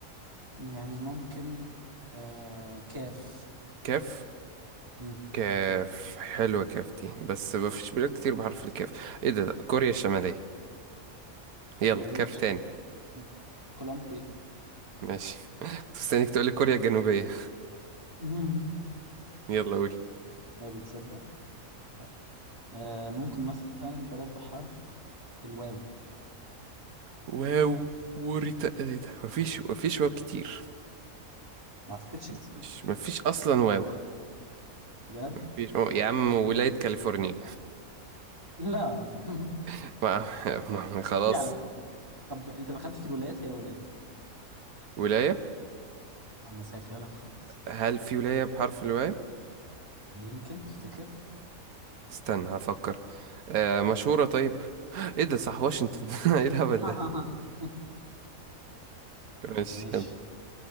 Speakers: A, on the right (about 15°); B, on the right (about 85°).
A: يعني ممكن آه كاف
B: كاف
A: مم.
B: كاف حلوة كاف دي بس ما فيش بلاد كتير بحرف الكاف ايه ده لا، كوريا الشمالية يلا
A: كوريا
B: كاف
A: الشمالية.
B: تاني
A: كولومبيا
B: ماشي <laughs> كنت مستنيك تقولي كوريا الجنوبية
A: <laughs>
B: يلا قول
A: ما تصدق طيب آه ممكن مثلا بلد بحرف الواو
B: واو وريتا ايه ده مفيش مفيش واو كتير
A: ما اعتقدش
B: مفيش
A: كتير
B: مفيش اصلا واو
A: بجد
B: مفيش أو- يا عم ولاية كاليفورنيا
A: لا <laughs>
B: <laughs> ما ما- ما- خلاص
A: في على فكرة طب انت دخلت في الولايات هي ولاية
B: ولاية
A: انا سهلتها لك خالص
B: هل في ولاية بحرف الواي؟
A: يمكن تفتكر
B: استنى هفكر آه مشهورة طيب ايه ده صح واشنطن <laughs> ايه الهبل
A: <laughs>
B: ده ماشي
A: ماشي
B: يلا.